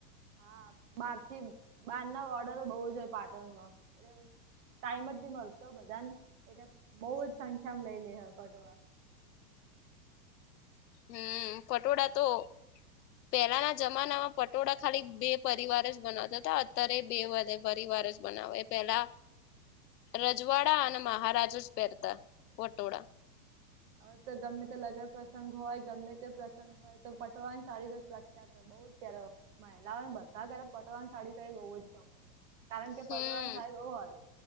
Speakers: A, on the right (about 55°); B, on the left (about 80°).
A: હા બાર થી બાર ના ઓર્ડર બહુ જ હોય પાટણમાં. ટાઈમ જ થી મળતો બધાને એટલે બહ જ સંખ્યામાં લઈ લે હ પટવા.
B: હમ પટોળડા તો. પહેલાના જમાનામાં પટોળા ખાલી બે પરિવાર જ બનાવતા હતા અત્યારે બે પરિવાર જ. બનાવે એ પેલા રજવાડા અને મહારાજ જ પહેરતા પટોળા.
A: હવે તો ગમે તે લગન પ્રસંગ હોય ગમે તે પ્રસંગ હોય તો પટવાની સાડી પ્રખ્યાત. બઉ જ ત્યારે મહિલાઓને બધા ક પટવાની સાડી બઉુ જ ફેમસ. કારણ કે
B: હમ
A: પટોળણ સાહેબ ઓ હલ.